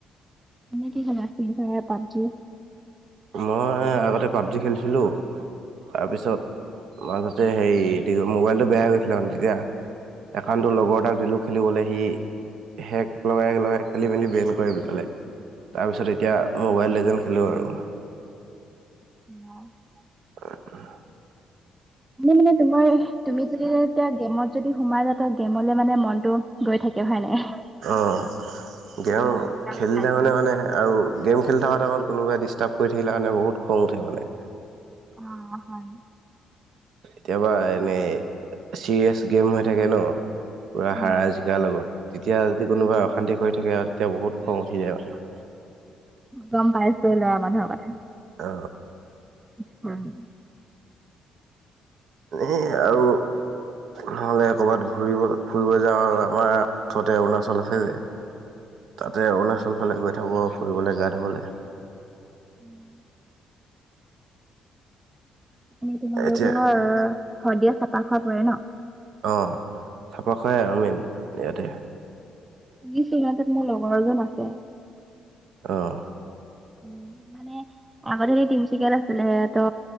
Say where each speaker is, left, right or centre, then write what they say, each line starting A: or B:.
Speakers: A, on the right (about 20°); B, on the right (about 70°).
A: মনে কি খেলা ফ্ৰি ফ্লায়াৰ, পাবজি।
B: মই আগতে পাবজি খেলিছিলোঁ, তাৰপিছত মাজতে হেৰি মোবাইলটো বেয়া হৈ গৈছিলে মানে তেতিয়া একাউটো লগৰ এটাক দিলোঁ খেলিবলৈ সি হেক লগাই লগাই খালি মেলি বেন কৰি পেলালে। তাৰপিছত এতিয়া মোবাইল এজেন খেলোঁ আৰু।
A: <unintelligible>
B: <unintelligible>
A: মোৰ মানে তোমাৰ তুমি যদি এতিয়া গেমত যদি সোমাই যা ত গেমলে মানে মনতটো গৈ থাকে হয় নে নাই?
B: অহ। গেম
A: উম, গম
B: খেলিলে
A: পাইছোঁ।
B: মানে-মানে আৰু গেম খেলি থকাত কোনবাই দিষ্টা ষ্টাপ কৰি থাকিলে মানে বহুত খং উঠে মানে।
A: অ অ হয়।
B: কেতিয়াবা এনেই চিৰিয়াচ গেম হৈ থাকে ন, পুৰা
A: উম।
B: হাৰা জিকাৰ লগত, তেতিয়া যদি কোনোবাই
A: উম।
B: অশান্তি কৰি থাকে তেতিয়া বহুত খং উঠি যায় মানে।
A: গম পাইছো ল'ৰা মানুহৰ কথা।
B: অ।
A: <inaudible>
B: এনেই আৰু নহ'লে ক'ৰবাত ঘূৰিব, ফুৰিব যাওঁ আৰু আমাৰ ওচৰতে অৰুণাচল আছে যে তাতে অৰুণাচল ফালে গৈ থাকোঁ ফুৰিবলৈ, গা ধুবলৈ,
A: <inaudible> এ তোমালোকৰ
B: এতিয়া
A: শদিয়া চাফা খোৱা পৰে ন?
B: অঁ চাফা খায়াই আৰু মেইন ইয়াতে।
A: <unintelligible> মোৰ লগৰ এজন আছে।
B: অহ।
A: উ মানে আগতে হেৰি তিনচুকীয়াত আছিলে ত